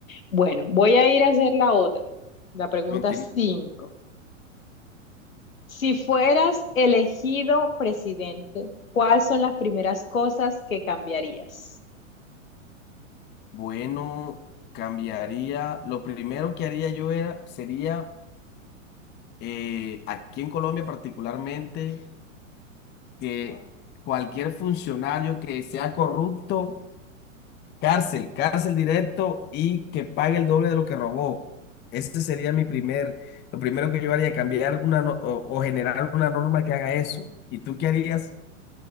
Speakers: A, on the left; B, on the left.
A: Bueno, voy a ir a hacer la otra, la pregunta
B: no tiene-
A: 5. Si fueras elegido presidente, ¿cuáles son las primeras cosas que cambiarías?
B: Bueno, cambiaría. Lo primero que haría yo era, sería eh, aquí en Colombia particularmente, que cualquier funcionario que sea corrupto Cárcel, cárcel directo y que pague el doble de lo que robó. Ese sería mi primer, lo primero que yo haría, cambiar una no- o, o generar una norma que haga eso. ¿Y tú qué harías?